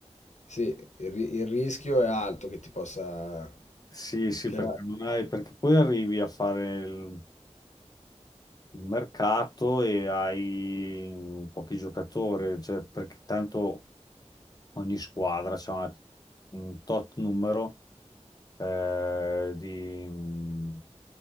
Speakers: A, on the left (about 85°); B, on the left (about 35°).
A: Sì, il, ri- il rischio è alto che ti possa...
B: Sì, sì,
A: Che...
B: perché non hai, perché poi arrivi a fare il, il mercato e hai mm, pochi giocatori, cioè, perché tanto ogni squadra c'ha una- un tot numero eh, di, mm,